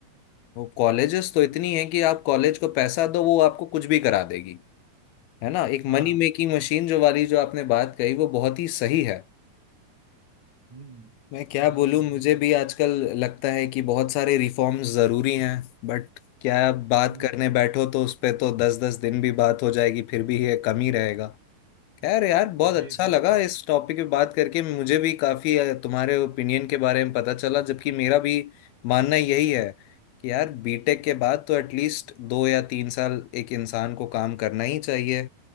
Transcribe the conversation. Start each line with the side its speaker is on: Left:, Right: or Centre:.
Left: कॉलेजेस तो इतनी है कि आप कॉलेज को पैसा दो वो आपको कुछ भी करा देगी है ना एक
Right: हाँ
Left: मनी मेकिंग मशीन जो वाली जो आपने बात कही वो बहुत ही सही है
Right: हम्म
Left: मैं क्या
Right: बिल्कुल
Left: बोलूं मुझे
Right: बिल्कुल
Left: भी आजकल लगता है कि बहुत सारे रिफॉर्म्स जरूरी हैं बट क्या बात
Right: हम्म
Left: करने बैठो तो उस पे तो दस दस दिन भी बात हो जाएगी फिर भी ये कम ही रहेगा खैर यार बहुत
Right: जी
Left: अच्छा
Right: बिल्कुल
Left: लगा इस टॉपिक पे बात करके मुझे भी काफी अ, तुम्हारे ओपिनियन के बारे में पता चला जबकि मेरा भी मानना यही है कि यार बीटेक के बाद तो एटलीस्ट दो या तीन साल एक इंसान को काम करना ही चाहिए